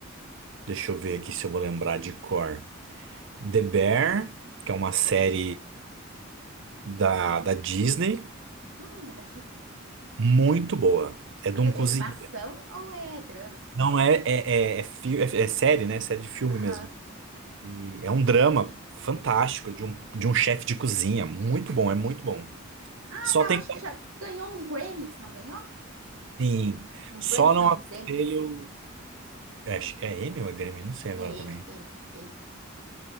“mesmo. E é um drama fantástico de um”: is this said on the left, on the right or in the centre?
Right